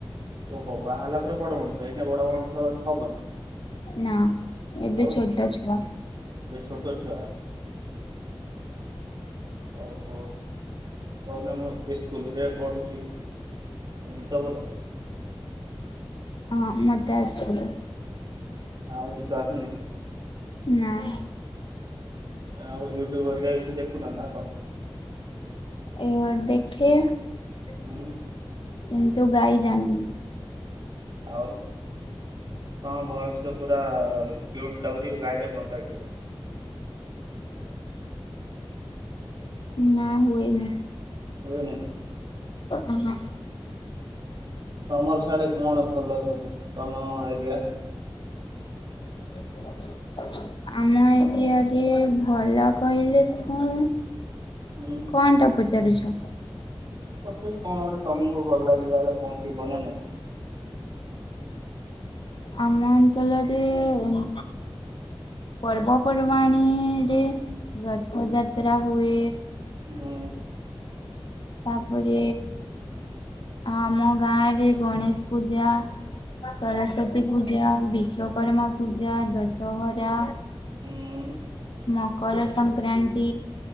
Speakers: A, on the right; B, on the left.
A: ଓହୋ ବାହାହେଲା ପରେ ବଡ ମଣିଷ, ଏଇନା ବଡ ମଣିଷ ହବନି?
B: ନା। ଏବେ
A: ଆଉ ଏବେ
B: ଛୋଟ ଛୁଆ
A: ଛୋଟ ଛୁଆ? ଓହୋ କହୁନା ମୁଁ ସ୍କୁଲରେ ପଢ଼ୁଛି ଗୀତ ବୋଲ
B: ହଁ ମତେ ଆସିଛି।
A: ଆଉ ଗୀତ ଆସୁନି?
B: ନାଁ।
A: ଆଉ ୟୁଟ୍ୟୁବ୍ ହେରିକା କିଛି ଦେଖୁନ ନା କଣ?
B: ଏୟା ଦେଖେଇଆ
A: ହୁଁ
B: କିନ୍ତୁ ଗାଈ ଜାଣିନି।
A: ଆଉ ତମ ଭଏସ ତ ପୁରା କ୍ୟୁଟ ଲାଗୁଚି, ଗାଇଲେ ଭଲ ଲାଗିବ।
B: ନାଁ ହୁଏନି।
A: ହୁଏନି?
B: ଅ ହଁ।
A: ତମର ସାଡେ କଣ ଭଲ ସବୁ ତମ ଏରିଆ?
B: <unintelligible> ଆମ ଏରିଆରେ ଭଲ କହିଲେ ଶୁଣ
A: ହୁଁ
B: କଣଟା ପଚାରୁଛ?
A: ତଥାପି କଣ ଗୋଟେ ତମକୁ ଭଲ ଲାଗିଲା ବେଳେ କଣ ଥିବ ନା ନାଇଁ?
B: ଆମ ଅଞ୍ଚଳରେ ଏ ପର୍ବପର୍ବାଣିୀରେ ରଥଯାତ୍ରା ହୁଏ
A: ହୁଁ
B: ତାପରେ ଆମ ଗାଁରେ ଗଣେଶ ପୂଜା ସରସ୍ଵତୀ ପୂଜା, ବିଶ୍ଵକର୍ମା ପୂଜା, ଦଶହରା
A: ହୁଁ
B: ମକର ସଂକ୍ରାନ୍ତି